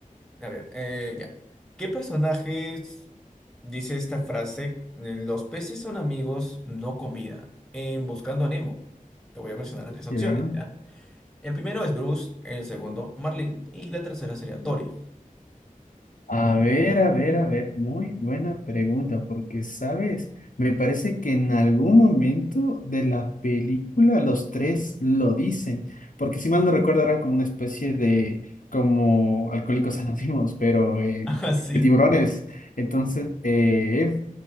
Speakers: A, in the centre; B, on the left.
A: A ver, eh, ya. ¿Qué personajes dice esta frase? Los peces son amigos, no comida. En Buscando a Nemo. Te voy a mencionar las tres opciones,
B: Ya.
A: ¿ya? El primero es Bruce, el segundo Marlin y la tercera sería Dory. <laughs>
B: A ver, a ver, a ver, muy buena pregunta, porque, ¿sabes? Me parece que en algún momento de la película los tres lo dicen, porque si mal no recuerdo eran como una especie de, como alcohólicos anónimos, pero en-
A: Ah, sí.
B: de tiburones. Entonces, eh,